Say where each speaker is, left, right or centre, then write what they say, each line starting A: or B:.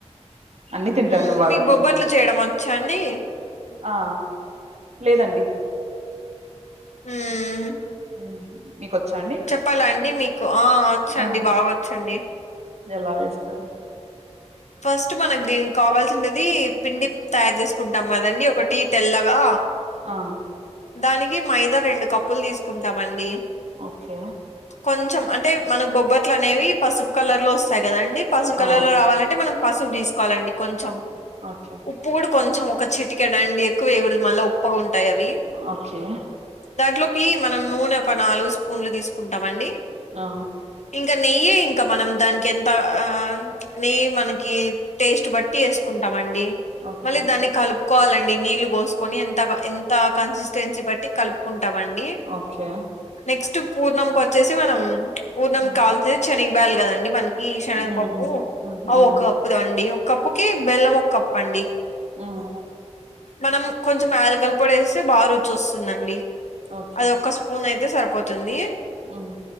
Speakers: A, on the right; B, on the left.
A: అన్ని తింటాను
B: మ్మ్
A: బాగానే
B: మీకు బొబ్బట్లు చేయడం వచ్చా అండి
A: ఆ లేదండి
B: మ్మ్
A: మ్మ్ మీకు వచ్చ అండి
B: చెప్పాలా అండి మీకు ఆ వచ్చండి
A: ఆ
B: బాగా వచ్చండి
A: ఎలా వేస్తారు
B: ఫస్ట్ మనకు దీనికి కావాల్సినది పిండి తయారు చేసుకుంటాం కదండి ఒకటి తెల్లగా
A: ఆ
B: దానికి మైదా రెండు కప్పులు తీసుకుంటామండి
A: ఓకే
B: కొంచెం అంటే మనకు బొబ్బట్లు అనేవి పసుపు కలర్ లో వస్తాయి కదాండి పసుపు కలర్
A: ఆ
B: లో రావాలంటే మనం పసుపు తీసుకోవాలండి కొంచెం
A: ఓకే
B: ఉప్పు కూడా కొంచెం ఒక చిటికెడండి ఎక్కువ వేయకూడదు మళ్ళా ఉప్పుగా ఉంటాయి అవి
A: ఓకే
B: దాంట్లోకి మనం నూనె ఒక నాలుగు స్పూన్లు తీసుకుంటాం అండి
A: ఆ
B: ఇంకా నెయ్యే ఇంకా మనం దానికి ఎంత ఆ నీ మనకి టేస్ట్ బట్టి వేసుకుంటాం అండి
A: ఓకే
B: మళ్ళీ దాన్ని కలుప్ కోవాలండి నీళ్లు పోసుకొని ఎంత ఎంత కన్సిస్ తెంచి బట్టి కలుపుకుంటామండి
A: ఓకే
B: నెక్స్ట్ పూర్ణం కి వచ్చేసి మనం పూర్ణం
A: మ్మ్
B: కాల్చే చెనిగిబ్యాళ్ళు కదండి మనకి శనగ
A: మ్మ్
B: పప్పు
A: మ్మ్
B: అ
A: మ్మ్
B: ఒక కప్పు అండి ఒక కప్పు కి బెల్లం ఒక కప్పు అండి
A: మ్మ్
B: మనం కొంచెం యాలకల పొడి ఏస్తే బాగా రుచి వస్తుందండి
A: ఓకే
B: అది ఒక్క స్పూన్ అయితే సరిపోతుంది
A: మ్మ్